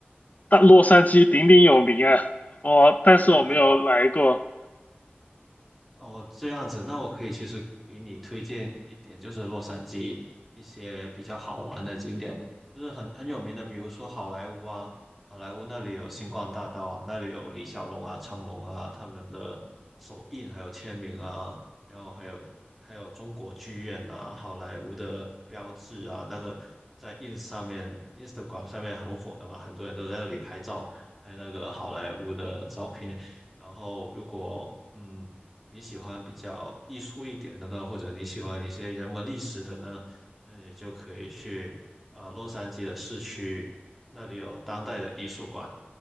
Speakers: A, on the left (about 40°); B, in the centre.
A: 但洛杉矶鼎鼎有名啊，哦，但是我没有来过。
B: 对啊，哦，这样子，那我可以其实给你推荐一点，就是洛杉矶一些比较好玩的景点，就是很很有名的，比如说好莱坞啊，好莱坞那里有星光大道啊，那里有李小龙啊、成龙啊他们的手印还有签名啊，然后还有还有中国剧院啊，好莱坞的标志啊，那个在 ins 上面、Instagram 上面很火的嘛，很多人都在那里拍照，拍那个好莱坞的照片。然后如果嗯你喜欢比较艺术一点的呢，或者你喜欢一些人文历史的呢，那你就可以去呃洛杉矶的市区，那里有当代的艺术馆，